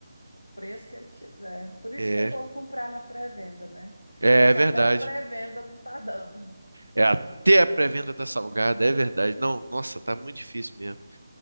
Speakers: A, on the left; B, on the right.
A: o preço que ele quiser. Por isso
B: É,
A: que é bom comprar na pré-venda, né?
B: é
A: Só que
B: verdade.
A: até a pré-venda não tá dando.
B: É, até a pré-venda tá salgada, é verdade. Não, nossa, tá muito difícil mesmo.